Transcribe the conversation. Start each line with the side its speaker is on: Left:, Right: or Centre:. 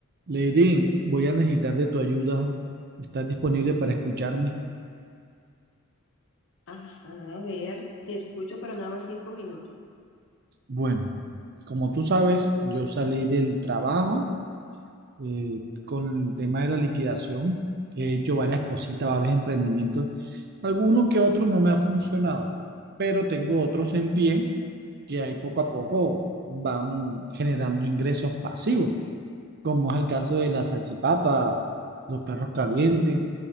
Right: Lady, voy a necesitar de tu ayuda. ¿Estás disponible para escucharme?
Left: Ajá, a ver, te escucho, pero nada más cinco minutos.
Right: Bueno, como tú sabes, yo salí del trabajo eh, con el tema de la liquidación. He hecho varias cositas, varios emprendimientos. Algunos que otros no me ha funcionado, pero tengo otros en pie que ahí poco a poco van generando ingresos pasivos, como es el caso de la salchipapa, los perros calientes,